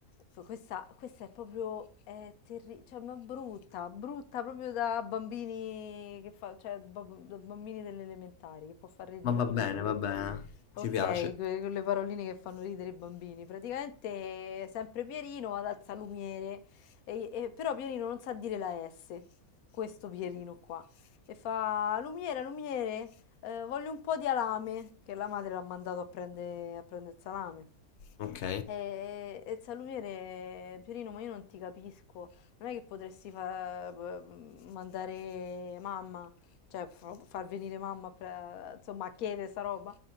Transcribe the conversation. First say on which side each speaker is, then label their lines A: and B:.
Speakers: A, on the left; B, on the left.
A: F- Questa, questa è proprio, è terri- cioè, ma è brutta, brutta proprio da bambini che fa, cioè, ba- da bambini delle elementari, che può far ridere
B: Ma va
A: solo
B: bene,
A: loro.
B: va bene,
A: Ok,
B: ti piace.
A: que- quelle paroline che fanno ridere i bambini. Praticamente, sempre Pierino va dal salumiere, e- e- però Pierino non sa dire la S, questo Pierino qua. E fa, lumiere, lumiere, eh, voglio un po' di alame, che la madre l'ha mandato a prendere a prende il salame.
B: Ok.
A: E, e il salumiere, Pierino, ma io non ti capisco. Non è che potresti fa- p- mandare mamma, cioè fa- far venire mamma, a pre- insomma, a chiedere sta roba.